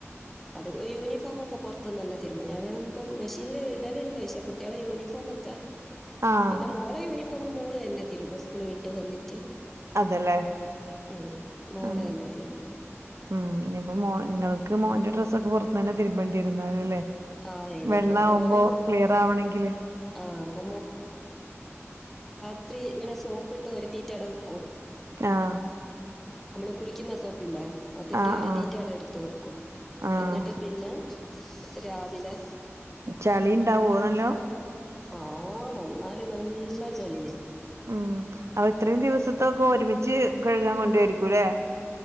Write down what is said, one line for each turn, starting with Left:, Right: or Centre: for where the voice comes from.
Centre: അത് യൂണിഫോമ ഒക്കെ പുറത്തുനിന്ന തന്നെ തരുമ്മ ഞാ ഇപ്പൊ മെഷീനിൽ ഇടലുണ്ട് പക്ഷെ കുട്ടികളെ യൂണിഫോമ ഒക്കെ
Right: ആഹ്
Centre: പിന്നെ മോളെ യൂണഫോം ുമ മോള് തന്നെ തിരുമ്പോ സ്ക്കളി വിട്ട് വന്നിട്ട്
Right: അതല്ലേ
Centre: ഉം മോളെ
Right: ആഹ്
Centre: തന്നെ തിരുമ്പ
Right: ഉം ഇനിയിപ്പൊ മോ നിങ്ങൾക്ക് മോന്റെ ഡ്രസ്സ ഒക്കെ പുറത്തു തന്നെ തിരുമ്പേണ്ടിയിരു ന്നലല്ലേ
Centre: ആ ഇനിയിപ്പോ
Right: വെള്ള ആകുമ്പോ
Centre: മോന്
Right: ക്ലിയർ ആവണെങ്കിൽ
Centre: ആ അപ്പൊ ഒത്തിരി ഇങ്ങനെ സോപ്പിട്ട് ഒരുത്തീറ്റട വെക്കൂ
Right: ആഹ്
Centre: നമ്മള് കുളിക്കുന്ന സോപ്പില്ല അതിട്ട്
Right: ആഹ്
Centre: ഒരു
Right: ആഹ്
Centre: തീറ്റടെ എടുത്ത് വെക്കും
Right: ആഹ്
Centre: എന്നിട്ട് പിന്നെ രാവിലെ
Right: ചളി ഇണ്ടാവോ നല്ലോം
Centre: ആ ഓ വന്നാല് നല്ല ചെളിയ
Right: ഉം അപ്പൊ ഇത്രയും ദിവസത്തൊക്കെ ഒരുമിച്ച് കഴുകാൻ കൊണ്ടപയിരിക്കൂല്ലേ